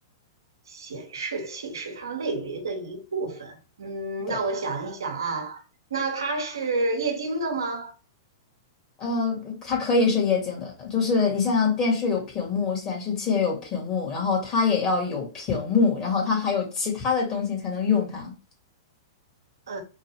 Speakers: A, on the right; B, on the left.
A: 显示器是它类别的一部分。嗯，
B: 对。
A: 那我想一想啊，那它是液晶的吗？
B: 呃，它可以是液晶的，就是你像电视有屏幕，显示器也有屏幕，然后它也要有屏幕，然后它还有其他的东西才能用它。
A: 呃